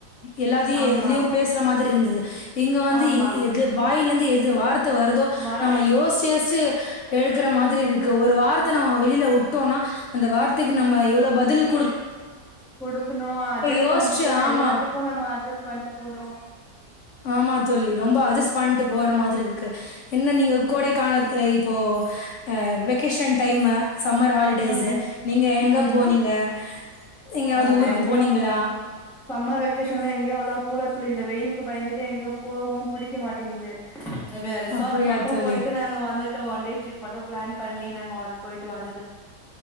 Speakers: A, on the left; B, in the centre.
A: எல்லாத்தையும்
B: ஆமா
A: எதுலேயும் பேசுற மாதிரி இருந்துது இங்கே வந்து
B: ஆமா
A: எது வாயிலருந்து எது வார்த்தை வருரதோ
B: வர
A: நம்ம யோச்சு யோச்சு எடுக்கற மாதிரி இருக்கு ஒரு வார்த்தை நம்ம வெளியில விட்டோம்னா அந்த வார்த்தைக்கு நம்ம எவ்வளவு பதிலுக்கு
B: குடுக்கணும் அட்ஜஸ்ட்
A: யோசிச்சு
B: பண்ணிட்டு போனும்
A: ஆமா
B: எல்லாத்துக்கும் நம்ம அட்ஜஸ்ட் பண்ணிட்டு போணும்
A: ஆமா தோழி ரொம்ப அட்ஜஸ்ட் பண்ணிட்டு போற மாதிரி இருக்கு என்ன நீங்க கோடை கான இப்போஹ வெக்கேஷன் டைமு சம்மர் ஹாலிடேஸ்
B: ம்
A: நீங்க எங்க
B: ம்
A: போனீங்க எங்கயாவது
B: ஆ
A: ஊருக்கு
B: எங்கயு
A: போனீங்களா
B: சம்மர் வெகேஷன்லாம் எங்கயோ அவளா போற தோழி இந்த வெயிலுக்கு பயந்துட்டு எங்கயோ போகு பிடிக்க மாட்டேங்கு ரிசார்ட்
A: அப்படியா
B: மட்டும்
A: தோழி?
B: போயிட்டு நாங்க வந்துட்டோ ஒன் டே ட்ரிப் மட்டும் பிளான் பண்ணி நாங்க வந்து போயிட்டு வந்துோம்